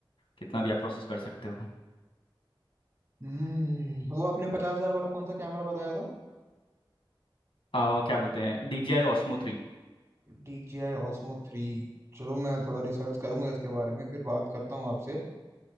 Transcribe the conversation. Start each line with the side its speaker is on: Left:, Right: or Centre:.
Left: कितना भी आप प्रोसेस कर सकते हो
Right: हम्म, वो आपने पचास हजार वाला कौन सा कैमरा बताया था
Left: अ, क्या बोलते हैं D J I Osmo three
Right: DJI Osmo 3 चलो मैं थोड़ा रिसर्च करूंगा इसके बारे में फिर बात करता हूँ आपसे